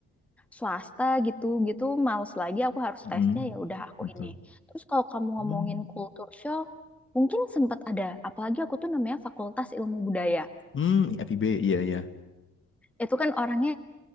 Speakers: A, in the centre; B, on the left.
A: swasta gitu gitu. Males lagi aku harus
B: Hmm,
A: tesnya ya udah aku
B: betul.
A: ini. Terus kalau kamu ngomongin
B: Hmm.
A: kultur shock, mungkin sempat ada. Apalagi aku tuh namanya Fakultas Ilmu Budaya.
B: Hmm, FIB iya iya.
A: itu kan orangnya